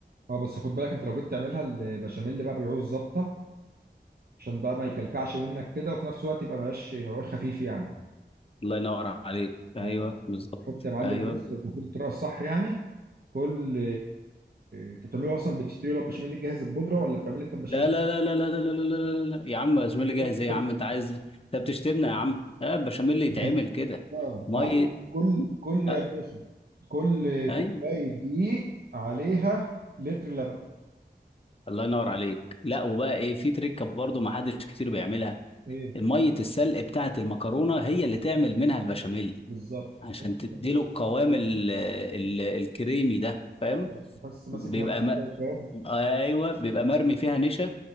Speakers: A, on the right (about 60°); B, on the left (about 35°).
A: اه بس خد بالك انت لو جيت تعملها البشاميل بقى بيعوز ظبطه عشان بقى ما يكلكعش منك كده وفي نفس الوقت يبقى مبقاش مبقاش خفيف يعني
B: الله ينور عليك ايوه
A: اه
B: بالظبط
A: حط يا معلم
B: ايوه
A: بص المفروض الطريقه الصح يعني كل انت بتعمله اصلا بتشتري له البشاميل الجاهز البودره ولا بتعمل انت البشاميل
B: لا لا لا لا لا لا لا لا لا لا لا. يا عم بشاميل
A: الجاهز
B: جاهز
A: ده انت
B: ايه
A: كله
B: يا عم انت عايز انت بتشتمنا يا عم اه بشاميل يتعمل
A: <laughs>
B: كده
A: اه
B: مي
A: عارف كل كل يا
B: آه،
A: باشا كل
B: ايوه
A: كوبايه دقيق عليها لتر لبن
B: الله ينور عليك لا وبقى ايه في تريكه برضو ما حدش كتير بيعملها
A: ايه
B: ميه السلق بتاعه المكرونه هي اللي تعمل منها البشاميل
A: بالظبط
B: عشان
A: تحس
B: تديله
A: إنك مش
B: القوام
A: فاكر.
B: ال ال الكريمي ده فاهم
A: اه تحس ماسك
B: بيبقى
A: نفسه
B: م...
A: كده وفاهم
B: ايوه بيبقى مرمي فيها نشا